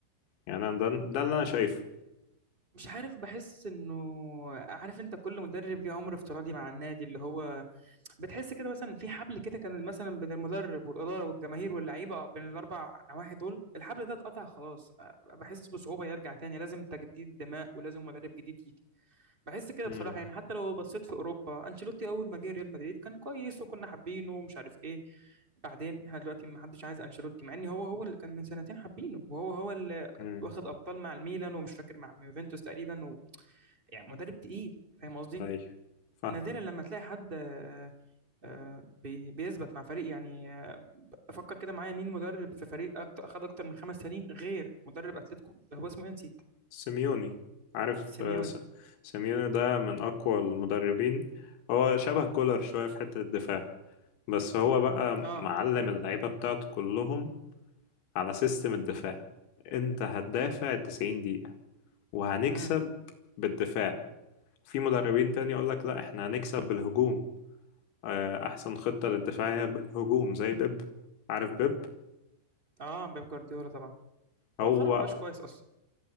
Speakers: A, on the left; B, on the right.
A: يعني انا ده, ده اللي انا شايفه
B: مش عارف بحس انه عارف انت كل مدرب ليه عمر افتراضي مع النادي اللي هو بتحس كده مثلا في حبل كده كان مثلا بين المدرب والاداره والجماهير واللعيبه بين الاربع نواحي دول الحبل ده اتقطع خلاص بحس بصعوبه يرجع تاني لازم تجديد دماء ولازم مدرب جديد يجي بحس كده
A: امم
B: بصراحه يعني حتى لو بصيت في اوروبا انشيلوتي اول ما جه ريال مدريد كان كويس وكنا حابينه ومش عارف ايه بعدين احنا دلوقتي ما حدش عايز انشيلوتي مع ان هو هو اللي كان من سنتين حابينه وهو هو اللي
A: امم
B: واخد ابطال مع الميلان ومش فاكر مع يوفنتوس تقريبا يعني مدرب تقيل فاهم قصدي
A: ايوه فاهم
B: نادرا لما تلاقي حد آه، آه، بي- بيثبت مع فريق يعني آه، افكر كده معايا مين مدرب في فريق أكت- اخد اكتر من خمس سنين غير مدرب اتلتيكو هو اسمه ايه نسيت
A: سيميوني عارف
B: سيميوني
A: آه، س- سيميوني ده من اقوى المدربين هو شبه كولر شويه في حته الدفاع بس هو بقى
B: اه
A: معلم اللعيبه بتاعته كلهم على سيستم الدفاع انت هتدافع 90 دقيقه وهنكسب
B: امم
A: بالدفاع في مدربين تاني يقولك لا احنا هنكسب بالهجوم آه، احسن خطة للدفاعية هجوم زي بيب عارف بيب
B: اه بيب جوارديولا طبعا مؤخرا
A: هو
B: ما بقاش كويس اصلا